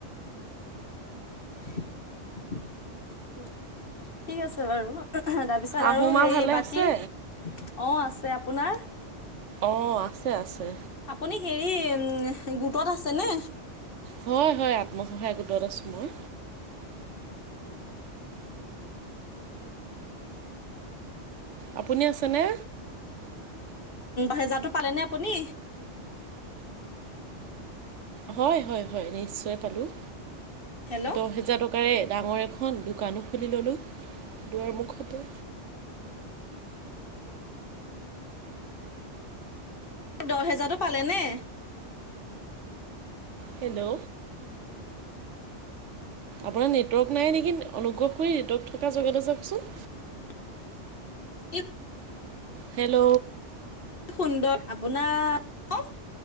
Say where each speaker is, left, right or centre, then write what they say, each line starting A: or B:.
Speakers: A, on the left; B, on the right.
A: ঠিক আছে বাৰু। তাৰপিছত
B: শাহু
A: আৰু
B: মা
A: হেই
B: ভালে
A: বাকী,
B: আছে
A: অ' আছে। আপোনাৰ?
B: অ' আছে আছে।
A: আপুনি হেৰি গোটত আছেনে?
B: হয় হয়। আত্মসহায়ক গোটত আছোঁ মই। আপুনি আছেনে?
A: হেজাৰটো পালেনে আপুনি?
B: হয় হয় নিশ্চয় পালোঁ।
A: হেল্ল'
B: দহহেজাৰ টকা কাৰে ডাঙৰ এখন দোকানো খুলি ল'লোঁ, দুৱাৰ মুখতে।
A: দহহেজাৰটো পালেনে?
B: হেল্ল'। আপোনাৰ নেটৱৰ্ক নাই নেকি, অনুগ্ৰহ কৰি নেটৱৰ্ক থকা জেগাতে যাওকচোন।
A: <unintelligible>
B: হেল্ল'।
A: সুন্দৰ আপোনাৰ ক